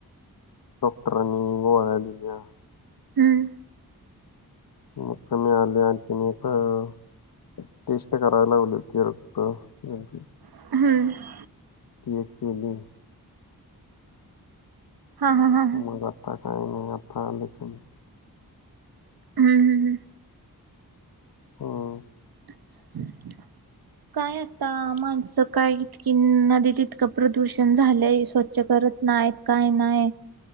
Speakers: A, on the left; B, on the right.
A: डॉक्टरांनी गोळ्या दिल्या.
B: हूं!
A: मुक्कामी आल्या आणि तुम्ही इथं. टेस्ट करायला लावलीं ते रक्त यांची.
B: <inaudible>
A: ती एक केली.
B: हा हा हा हा
A: मग आता काय नाही, आता आले तुम्ही
B: हूं हूं हूं!
A: <inaudible>
B: <inaudible> काय आता माणसं काय इतकी नदीत ईतकं प्रदूषण झालंय स्वच्छ करत नायेत काही नाही,